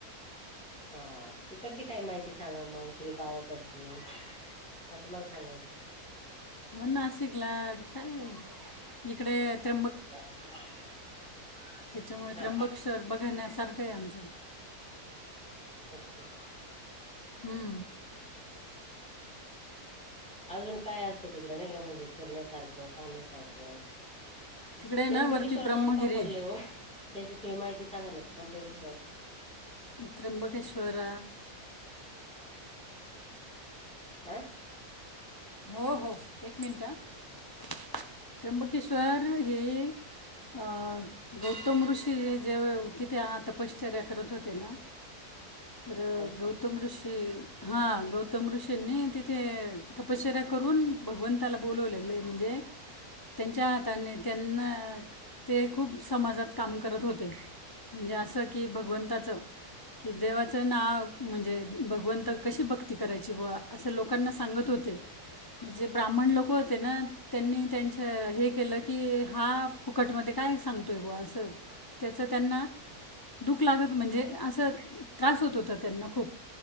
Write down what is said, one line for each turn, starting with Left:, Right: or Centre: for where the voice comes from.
Centre: हा. तिकडची काय माहिती सांगा, मग थोडी गावकडची असं मला सांगायचं.
Left: म्हण नाशिकला काय इकडे त्र.
Centre: <unintelligible>
Left: त्याच्यामुळे
Centre: हा
Left: त्र्यंबक्षर बघण्यासारखं आहे आमचं.
Centre: अच्छा.
Left: हम्म,
Centre: अजून काय असत तिकडे नाही का म्हणजे फिरण्यासारखं पाहण्यासारखं.
Left: तिकडे
Centre: त्र्यंबकेश्वर
Left: ना वरती
Centre: नाव
Left: ब्रह्मगिरी
Centre: का पडलंय
Left: आहे.
Centre: हो त्याची थोडी माहिती. सांग ना त्र्यंबकेश्वर.
Left: त्र्यंबकेश्वर.
Centre: आह.
Left: हो हो एक मिनिट त्र्यंबकेश्वर हे. अं गौतम ऋषी जे तिथे तपश्चर्य करत होते ना.
Centre: <inaudible>
Left: तर
Centre: अच्छा
Left: गौतम ऋषी हा गौतम ऋषीनी तिथे. अपचऱ्या करून भगवंताला बोलवलेले आहे म्हणजे त्यांच्या हाताने त्यांना. ते खूप समाजात काम करत होते म्हणजे असं की भगवंताचं. कि देवाचं नाव म्हणजे भगवंत कशी भक्ती करायची बावा असं लोकांना सांगत होते.
Centre: <inaudible>
Left: म्हणजे ब्राह्मण लोक होते ना त्यांनी त्यांच्या हे केलं की हा फुकटमध्ये. काय सांगतोय ब असं त्याचं त्यांना. दुःख लागत म्हणजे असं त्रास होत होता त्यांना खूप.